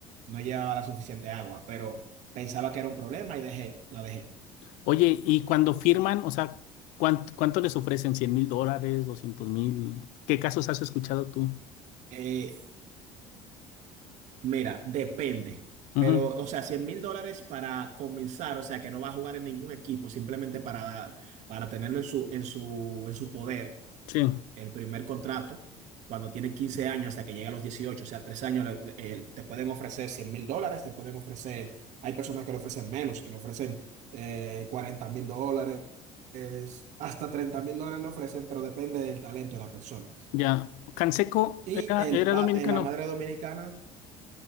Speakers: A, on the right; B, on the left.
A: no llevaba la suficiente agua, pero pensaba que era un problema y dejé, la dejé.
B: Oye, y cuando firman, o sea, ¿cuán- ¿cuánto, les ofrecen? ¿Cien mil dólares? doscientos mil? ¿Qué casos has escuchado tú?
A: Eh, mira, depende,
B: Ujú,
A: pero, o sea, cien mil dólares para comenzar, o sea, que no va a jugar en ningún equipo, simplemente para, para tenerlo en su, en su, en su poder
B: Sí,
A: el primer contrato, cuando tienen 15 años hasta que llega a los dieciocho o sea, tres años, eh, te pueden ofrecer cien mil dólares, te pueden ofrecer, hay personas que le ofrecen menos, que le ofrecen eh, 40 mil dólares, es- hasta treinta mil dólares le ofrecen, pero depende del talento de la persona.
B: ya. Canseco
A: Y
B: era,
A: el,
B: era
A: pa-
B: dominicano.
A: eh, la madre dominicana,